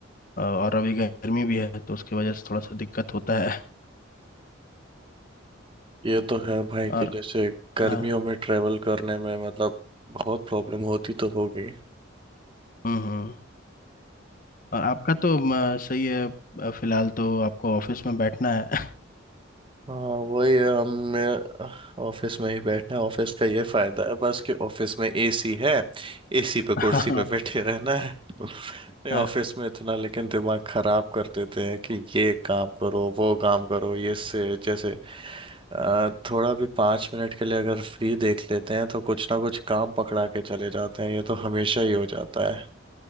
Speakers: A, on the left (about 40°); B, on the right (about 25°).
A: अ, और अभी गर्मी भी है तो उसके वजह से थोड़ा सा दिक्कत होता है
B: ये तो है भाई कि
A: और
B: जैसे गर्मियों
A: हाँ
B: में ट्रेवल करने में मतलब बहुत प्रॉब्लम होती तो होगी
A: हम्म हम्म और आपका तो अ, सही है अ, फिलहाल तो आपको ऑफिस में बैठना है
B: हाँ वही है हम मेरे ऑफिस में ही बैठे हैं ऑफिस का ये फायदा है बस कि ऑफिस में एसी है एसी पे
A: <laughs>
B: कुर्सी
A: हाँ,
B: पे बैठे रहना है नहीं
A: हाँ
B: ऑफिस में इतना लेकिन दिमाग खराब कर देते हैं कि ये काम करो वो काम करो ये से जैसे अ, थोड़ा भी पाँच मिनट के लिए अगर फ्री देख लेते हैं तो कुछ ना कुछ काम पकड़ा के चले जाते हैं ये तो हमेशा ही हो जाता है